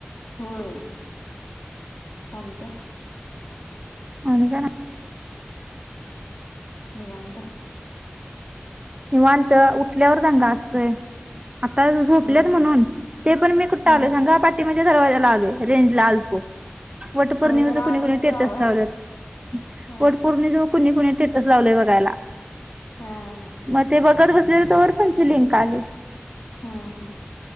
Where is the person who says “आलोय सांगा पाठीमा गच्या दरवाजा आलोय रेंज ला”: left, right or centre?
Right